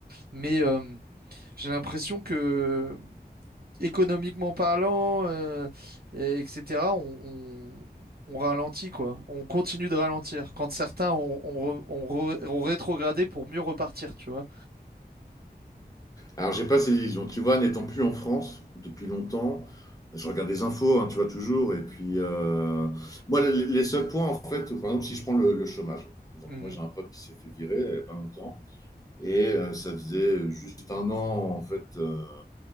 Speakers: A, on the right (about 65°); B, on the left (about 20°).
A: mais euh, j'ai l'impression que économiquement parlant, euh, et- etc., on, on- on ralentit, quoi. On continue de ralentir. Quand certains ont, ont re- ont re- ont rétrogradé pour mieux repartir, tu vois.
B: alors j'ai pas ces illusions, tu vois, n'étant plus en France depuis longtemps, je regarde les infos, hein, tu vois, toujours, et puis... euh, moi, les, les seuls points, en fait, par exemple, si je prends le, le chômage. Donc
A: Mhm.
B: moi j'ai un pote qui s'est fait virer il y a pas longtemps, et euh, ça faisait juste un an, en fait... euh,